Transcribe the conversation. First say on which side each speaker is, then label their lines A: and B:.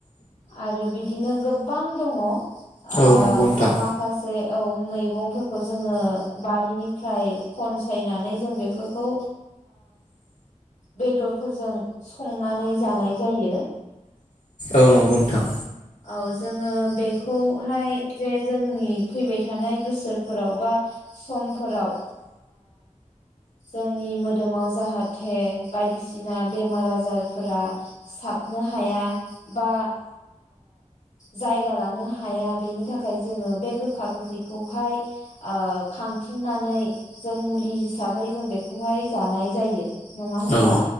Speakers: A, on the left; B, on the left.
A: आरो बिदिनो गोबां दङ आ
B: औ नंगौ नोंथां
A: माखासे औ मैगं जोङो बारिनिफ्राय खनसायनानै जों बेफोरखौ बेदरफोरजों संनानै जानाय जायो
B: औ नंगौ नोंथां
A: औ जोङो बेखौहाय जे जोंनि फैबाय थानाय बोसोर फोराव बा समफोराव जोंनि मोदोमाव जाहाथे बायदिसिना बेमार आजारफोरा साबनो हाया बा जायगा लानो हाया बेनि थाखाय जोङो बे गोखा गोखैखौहाय खांथिंनानै जों मुलि हिसाबै जों बेखौहाय जानाय जायो नङा होनबा
B: औ